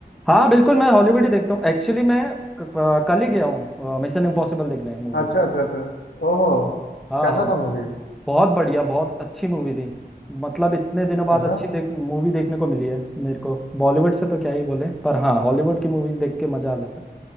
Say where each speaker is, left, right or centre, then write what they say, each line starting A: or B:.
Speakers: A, in the centre; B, on the left.
A: हाँ बिल्कुल मैं हॉलीवुड ही देखता हूँ एक्चुअली मैं क- क- कल ही गया हूँ मिशन इम्पॉसिबल देखने मूवी
B: अच्छा अच्छा अच्छा ओहो
A: हाँ
B: कैसा
A: हाँ
B: था मूवी
A: बहुत बढ़िया बहुत अच्छी मूवी थी मतलब इतने दिनों बाद
B: अच्छा
A: अच्छी देख मूवी देखने को मिली है मेरे को बॉलीवुड से तो क्या ही बोले पर हाँ हॉलीवुड की मूवीज देख के मजा आ जाता है